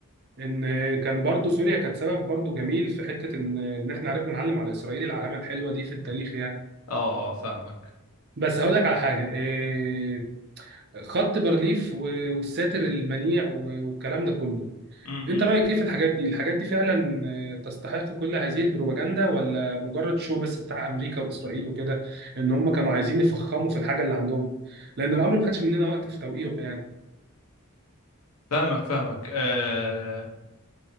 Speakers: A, on the right; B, on the left.
A: ان كان برضه سوريا كانت سبب برضه جميل في حته ان ان احنا عرفنا نعلم على اسرائيل العلامه الحلوه دي في التاريخ يعني
B: اه اه فاهمك
A: بس هقول لك على حاجه آه، خط بارليف و- والساتر المنيع و- والكلام ده كله
B: م- م.
A: انت رايك ايه في الحاجات دي الحاجات دي فعلا آه، تستحق كل هذه البروباجندا ولا مجرد شو بس بتاع امريكا واسرائيل وكده ان هم كانوا عايزين يفخموا في الحاجه اللي عندهم لان الامر ما خدش مننا وقت في توقيعه يعني
B: فاهمك فاهمك آه